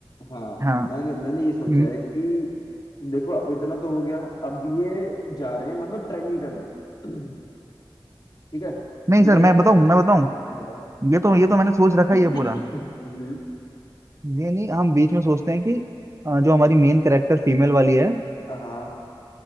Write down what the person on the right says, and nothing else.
हाँ
हम्म,
नहीं
सर मैं बताऊं मैं बताऊं
ये तो ये तो मैंने सोच रखा
ही है पूरा
ये नहीं हम बीच में सोचते हैं कि अ, जो हमारी मेन कैरेक्टर फीमेल वाली है